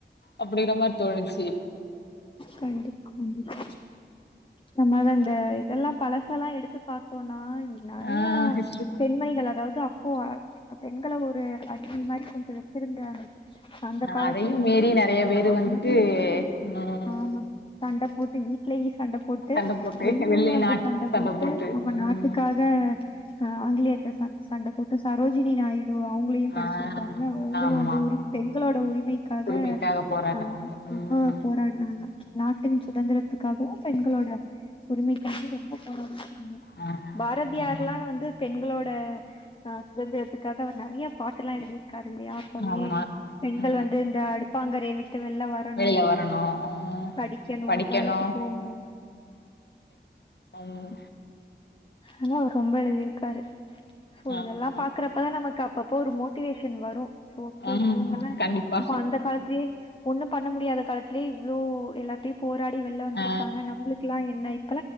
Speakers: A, on the left; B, on the left.
A: அப்டிங்கிற மாரி தோணுச்சி
B: கண்டிப்பா கண்டிப்பா நம்ம அது அந்த இதெல்லாம் பலசெல்லாம் எடுத்து பார்த்தோம்னா நறைய
A: ஆ ஹிஸ்ட்ரி
B: பெண்மணிகள் அதாவது அப் ப்போ அ பெண்கள ஒரு அடிமை மாரி கொஞ்சம் வச்சிருந்தாங்க அந்த
A: ஆஹ்
B: காலத்திலயே
A: அதையும் மீறி நறைய பேரு வந்துட்டு
B: அதையு மீறி
A: ம்
B: ஆமா தண்ட போட்டு வீட்டுலயே சண்டை போட்டு
A: சண்ட போட்டு
B: வெளியேயும்
A: வெளி
B: வந்து
A: நாட்டு
B: சண்டை
A: சண்ட
B: போட்டு நம்ம
A: ம்
B: நாட்டுக்காக ஆஹ் ஆங்கிலேயர்ட சண்ட போட்டு சரோஜினி நாய்டு அவங்களையும் படிச்சிருக்கோங்கா
A: ஆ
B: அவங்களும்
A: ஆமா
B: வந்து உரி பெண்களோட உரிமைக்காக
A: உரிமைக்காக போராடுனாங்க
B: ஆஹ
A: ம்
B: ரொம்ப போராடுனாங்க நாட்டின் சுதந்திரத்துக்காகவும் பெண்களோட உரிமைக்காக ரொம்ப போராடுனாங்க ஆமா
A: ஆ
B: பாரதியார்ல்லாம்
A: ஆமா
B: வந்து பெண்களோ ட சுதந்திரத்துக்காக அவர் நறைய பாட்டு எல்லாம் எழுதியிரு க்கரு இல்லையா அப்பவே
A: ஆமா
B: பெண்கள்
A: ஆ
B: வந்து இந்த அடுப்பாங்கரயவிட்டு ட்டு வெல்ல வரணும்
A: வெளில வரணு ம்
B: படிக்கணும்
A: படிக்கணு
B: வேலைக்கு போகணும்
A: ம்
B: ஆனா அவரு ரொம்ப எழுதிருக்காரு சோ
A: ஆமா
B: இதெல்லா பாக்குறப்பதா நமக்கு அப்ப போ ஒரு மோட்டிவே <unintelligible> வரு ஓகே
A: ம்
B: இவுங்கல்லா
A: கண்டிப்பா
B: நம்ம அந்த காலத்துலயே ஒண்ணும் பண்ண முடியாத காலத்து தளே இவ்ளோ எல்லார்ட்டையும் போ போராடி வெளில வந்திருக்காங்க
A: ஆ
B: நம்மளுக்குயெல்லாம் என்ன இ